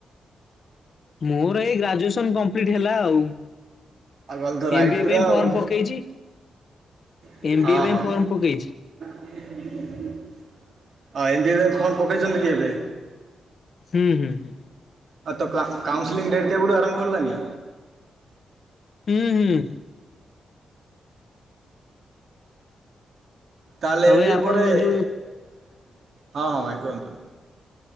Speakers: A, on the left (about 55°); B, on the right (about 65°).
A: ମୋର ଏଇ ଗ୍ରାଜୁଏସନ କମ୍ପ୍ଲିଟ ହେଲା ଆଉ
B: ଆଉ ଗଲି ତ ରାଇଟ୍
A: ଏମବିଏ
B: ପୁରା
A: ପାଇଁ
B: ଆଉ
A: ଫର୍ମ ପକେଇଛି।
B: ହଁ
A: ଏମବିଏ ପାଇଁ
B: ହଁ
A: ଫର୍ମ ପକେଇଛି।
B: ହଁ ଏମବିଏ ପାଇଁ ଫରମ ପକେଇଛନ୍ତି କି ଏବେ।
A: ହୁଁ ହୁଁ ହୁଁ।
B: ହଁ ତ କାଉସେଲିଂ ଡେଟ୍ କେବଠୁ ଆରମ୍ଭ ହେଲାନି।
A: ହୁଁ ହୁଁ।
B: ତାହେଲେ
A: ଆଉ
B: ଏମ୍ ବି ଏ
A: ଆପଣଙ୍କର
B: ପରେ ହଁ
A: ଯୋଉ
B: ହଁ ଭାଇ କୁହନ୍ତୁ।